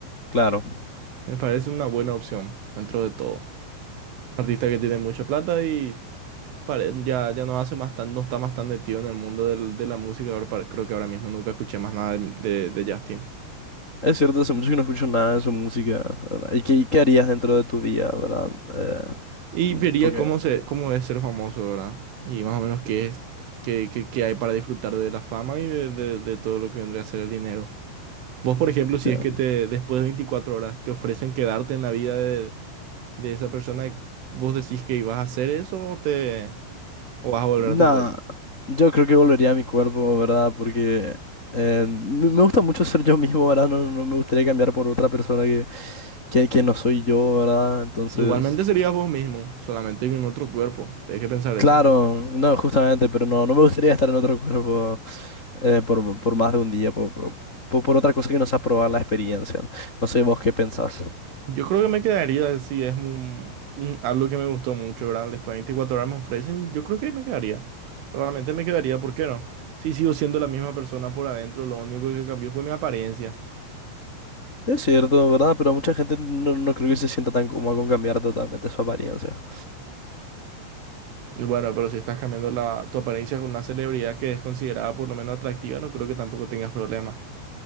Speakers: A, on the left; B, on the right.
A: Claro,
B: Me parece una buena opción dentro de todo. Un artista que tiene mucha plata y pare- ya, ya no hace más tan, no está más tan metido en el mundo del- de la música. Ahora, pare- creo que ahora mismo nunca escuché más nada de, de- de Justin.
A: es cierto, hace mucho que no escucho nada de su música, ¿verdad? ¿Y qué, qué harías dentro de tu día, ¿verdad? Eh,
B: Y
A: mm,
B: vería
A: porque...
B: cómo, se, cómo es ser famoso, ¿verdad? Y más o menos qué es, qué, qué- qué hay para disfrutar de la fama y de, de de todo lo que vendría a ser el dinero. Vos, por ejemplo, si
A: que-
B: es que te, después de 24 horas te ofrecen quedarte en la vida de, de esa persona, ¿vos decís que ibas a hacer eso o te o vas a volver
A: Nada,
B: a tu cuerpo?
A: yo creo que volvería a mi cuerpo, ¿verdad? Porque eh, me me gusta mucho ser yo mismo, ¿verdad? No, no no me gustaría cambiar por otra persona que, que, que no soy yo, ¿verdad? Entonces...
B: Igualmente serías vos mismo, solamente en otro cuerpo. Tenés que pensar
A: Claro,
B: eso.
A: no, justamente, pero no, no me gustaría estar en otro cuerpo, eh, por, por más de un día, por, por, por- por otra cosa que no sea probar la experiencia. No, No sé vos qué pensás.
B: Yo creo que me quedaría si es un, un- algo que me gustó mucho, ¿verdad? Después de 24 horas me ofrecen, yo creo que me quedaría. Realmente me quedaría, ¿por qué no? Si sigo siendo la misma persona por adentro, lo único que cambió fue mi apariencia.
A: Es cierto, ¿verdad? Pero mucha gente no, no creo que se sienta tan cómoda con cambiar totalmente su apariencia.
B: Y Bueno, pero si estás cambiando la, tu apariencia con una celebridad que es considerada por lo menos atractiva, no creo que tampoco tengas problemas.